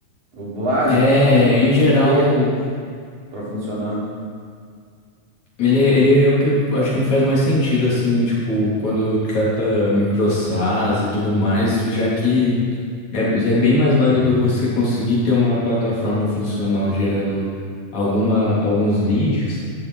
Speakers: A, on the right (about 45°); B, on the left (about 55°).
A: O básico,
B: é
A: né? O que
B: em geral
A: tem que ter para funcionar.
B: Ele, ele é o que eu acho que faz mais sentido, assim, tipo, quando trata microsas e tudo mais, já que é, é bem mais válido você conseguir ter uma plataforma funcional gerando alguma, alguns leads